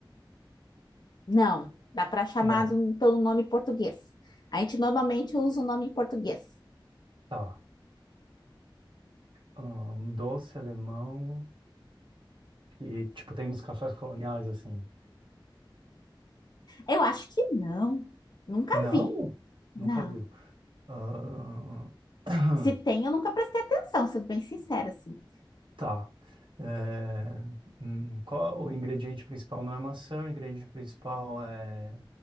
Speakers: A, on the left (about 55°); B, on the right (about 65°).
A: Não. Dá para chamar
B: Não.
A: do- pelo nome português. A gente normalmente usa o nome em português.
B: Tá. Hum, doce alemão que, tipo, tem nos cafés coloniais, assim.
A: Eu acho que não. Nunca
B: Não?
A: vi. Não.
B: Nunca viu. Ah, <clears throat>
A: Se tem, eu nunca prestei atenção, sendo bem sincera, assim.
B: tá. É, hum, qual- o ingrediente principal não é maçã, o ingrediente principal é